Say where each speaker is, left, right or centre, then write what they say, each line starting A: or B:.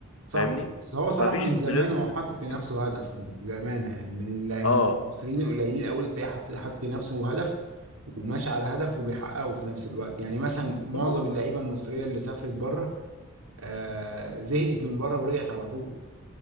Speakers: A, on the right; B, on the left.
A: صح
B: فاهمني
A: بس هو صلاح
B: مفيش
A: من
B: ستريس
A: زمان هو حاطط لنفسه
B: كده
A: هدف من بأمانة يعني من ال-
B: اه
A: من المصريين القليلين قوي تلاقيه حاطط حاطط لنفسه هدف وماشي على هدف وبيحققه في نفس الوقت يعني مثلا معظم
B: والله
A: اللعيبة المصرية اللي سافرت بره آه زهقت من بره ورجعت على طول